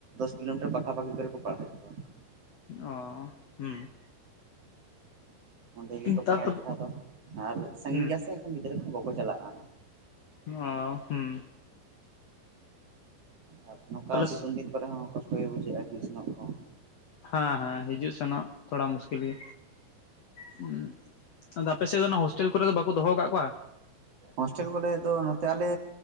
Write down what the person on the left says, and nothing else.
ᱚ, ᱦᱩᱸ,
ᱱᱮᱛᱟᱨ
ᱫᱚ
ᱦᱩᱸ
ᱦᱚ ᱦᱩᱸ,
ᱛᱟᱦᱞᱮ
ᱦᱮᱸ ᱦᱮᱸ, ᱦᱤᱡᱩᱜ ᱥᱮᱱᱚᱜ ᱛᱷᱚᱲᱟ ᱢᱩᱥᱠᱤᱞ ᱜᱮ ᱦᱩᱸ, ᱟᱫᱚ ᱟᱯᱮ ᱥᱮᱫ ᱫᱚ ᱚᱱᱟ ᱦᱳᱥᱴᱮᱞ ᱠᱚᱨᱮ ᱫᱚ ᱵᱟᱠᱚ ᱫᱚᱦᱚ ᱟᱠᱟᱫ ᱠᱚᱣᱟ?